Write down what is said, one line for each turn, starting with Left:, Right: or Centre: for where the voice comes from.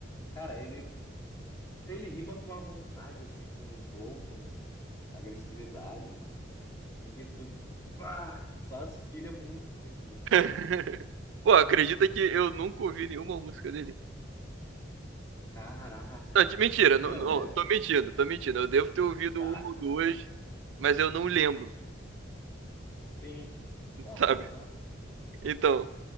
Left: Cara, ele, se ele rima com uma vontade, assim, com um flow, com uma agressividade, assim, que tu, ah, só se pilha muito, muito, muito,
Right: <laughs>
Left: muito.
Right: Pô, acredita que eu nunca ouvi nenhuma música dele?
Left: Caraca.
Right: Não, de- mentira,
Left: Ô,
Right: não,
Left: meu,
Right: não,
Left: deve.
Right: tô mentindo, tô mentindo. Eu devo ter ouvido
Left: Tá,
Right: uma ou duas,
Left: tá.
Right: mas eu não lembro,
Left: Sim.
Right: <laughs>
Left: Ah,
Right: sabe?
Left: normal.
Right: Então,